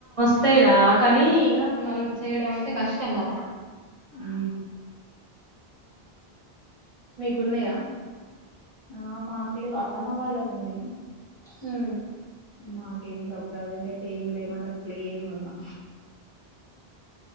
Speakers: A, on the right; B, on the left.
A: వస్తాయిరా కానీ ఇగ మనం చేయడం అంటే కష్టం కదా
B: ఊ
A: మీకున్నయా
B: ఆ మాకు లెవ్ అత్తమ్మ వాళ్ళకు ఉన్నాయ్
A: హూ
B: మాకేం <unintelligible> ప్రెజెంట అయితే ఏం లేకుండా ప్లేన్గున్నం